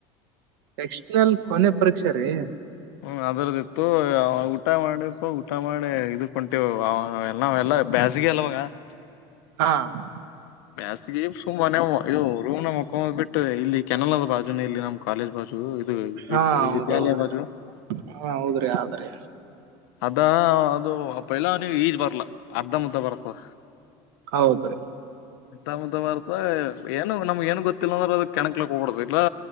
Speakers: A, on the right; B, on the left.
A: ಎಕ್ಟ್ರಾನಲ್ ಕೊನೆ ಪರೀಕ್ಷೆ ರೀ.
B: ಹೂ ಅದ ಒಂದ ಇತ್ತು ಊಟ ಮಾಡರಿಪ್ಪ ಊಟ ಮಾಡಿ ಇದಕ್ಕ ಹೊಂಟೆವ್ ಮಾವ ನಾವ ಎಲ್ಲ ಎಲ್ಲ <inaudible> ಬ್ಯಾಸಗಿ ಅಲ್ಲವಾಗ? <inaudible>
A: ಹಾ <inaudible>
B: ಬೇಸಿಗೆ ಸುಮ್ಮನೆ ಮನ್ಯಾಗ ಮ ಇದು ರೂಮ್ ನ್ಯಾಗ ಮಕ್ಕೋಳೋದು ಬಿಟ್ಟು ಇಲ್ಲಿ ಕೆನಲದ ಬಾಜುನ ಇಲ್ಲಿ ನಮ್ಮ <inaudible> ಕಾಲೇಜ್ ಬಾಜು ಇದು
A: ಹಾ ಹೌದೌದ್ರಿ
B: ವಿದ್ಯಾಲಯ ಬಾಜು? <inaudible>
A: ಹಾ ಹೌದ್ರಿ ಆದದ್ರೀ
B: ಅದ ಅದು ಅಪ್ಪ ಇಲ್ಲ ಅವ ನೀವು ಈಜ್ ಬರ್ಲಾ ಅರ್ಧ ಮುದ್ದ ಬರ್ತವ
A: ಹೌದ ರೀ
B: ಮತ್ತ ಮುತ್ತ ಬಾರತ ಏನು ನಮ್ಗ ಏನ್ ಗೊತ್ತಿಲ್ಲ ಅಂದ್ರೆ ಅದ ಕೆಣಕಲಿ ಹೋಗ್ಬಿಡ್ತ ಇಲ್ಲಾ